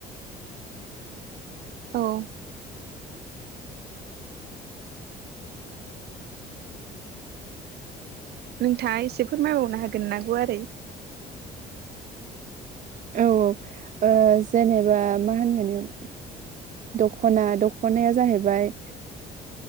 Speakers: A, on the right (about 70°); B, on the right (about 50°).
A: औ नोंथाङा एसे फोरमायबावनो हागोन ना गुवारै
B: औ औ जेनेबा मा होनगोन याव दख'ना दख'नाया जाहैबाय